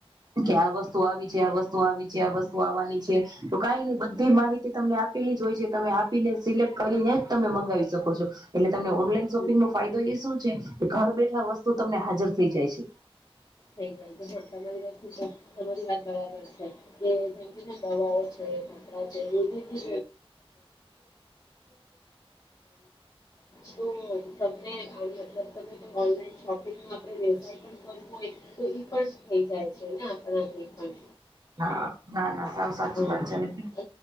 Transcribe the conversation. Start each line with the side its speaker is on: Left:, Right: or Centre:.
Right: કે આ વસ્તુ આવી છે આ વસ્તુ આવી છે, આ વસ્તુ આવવાની છે, તો કઈ ની બધી માહિતી તમને આપેલી જ હોય છે, તમે આપીને સિલેક્ટ કરીને જ તમે મંગાવી શકો છો. <unintelligible> તને ઓનલાઈન શોપિંગો
Left: હમ
Right: ફાયદો <unintelligible> ઘર બેઠા વસ્તુ તમને હાજર થઈ જાય છે.
Left: થઈ જાય છે, તમારી તમારી વાત બરાબર છે, કે જેમ કે જે દવાઓ છે કપડા છે, <inaudible> જાય છે, તો તમને આ મતલબ <unintelligible> ઓનલાઈન શોપિંગ આપણે <unintelligible> <inaudible> તો ઈ પણ થઈ જાય છે, ને આપણાથી પણ
Right: <inaudible>
Left: હા
Right: વાત છે
Left: <unintelligible>
Right: અને